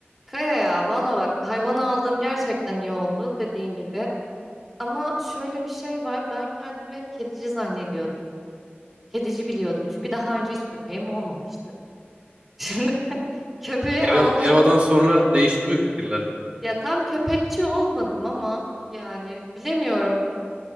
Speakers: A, in the centre; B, on the right.
A: Kaya ya valla bak hayvanı aldığım gerçekten iyi oldu dediğin gibi. Ama şöyle bir şey var ben kendimi hep kedici zannediyordum. Kedici biliyordum çünkü daha önce hiç köpeğim olmamıştı. <laughs> Şimdi köpeği
B: Eva,
A: aldım
B: Eva'dan sonra değişti mi fikirler?
A: ya tam köpekçi olmadım ama yani bilemiyorum.